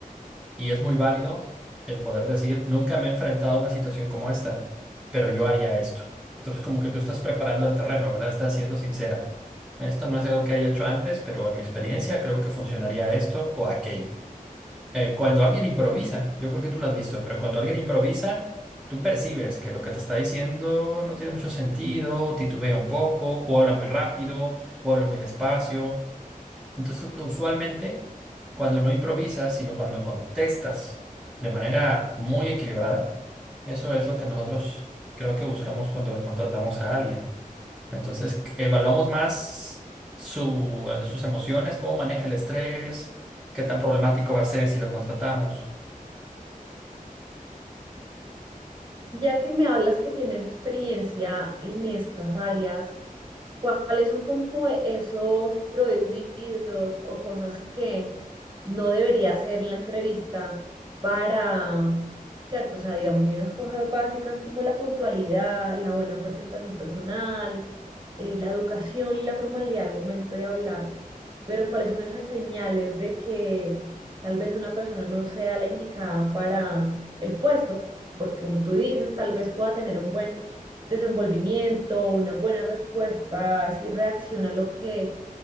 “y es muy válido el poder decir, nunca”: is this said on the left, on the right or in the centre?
Centre